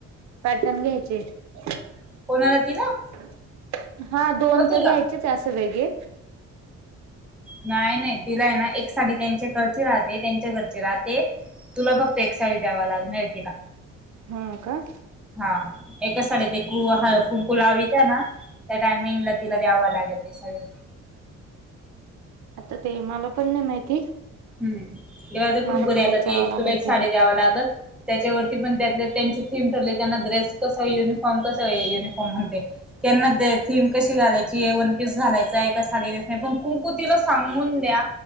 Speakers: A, on the right; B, in the centre.
A: पॅटर्न घ्यायचे. <inaudible>
B: कोणाला तिला
A: हा दोन
B: का तुला
A: तर घ्यायचेच अस वेगळे
B: नाही नाही तिला आहे ना एक साडी त्यांच्या घरचे राहते त्यांच्या घरचे राहत. ते तुला फक्त एक साडी द्यावा लागणार तिला.
A: हा का.
B: हा एकाच साडी ते कु कुंकु लावीतना. त्या टायमिंगला तिला द्यावं लागेल ते सगळ.
A: आता ते मला पण नाही माहिती
B: हम् देवाच कुंकू
A: मला पण
B: दयायला
A: विचारावं लागेल
B: तुला एक साडी
A: ते.
B: द्याव लागल. त्याच्यावरती पण त्यात त्यांचे थीम ठरले त्यांना ड्रेस कसा युनिफॉर्म कसा आहे. म्हणते त्यांना थीम कशी घालायची आहे वन पीस घालायचाय कस साडी पण कुंकु तिला सांगून द्या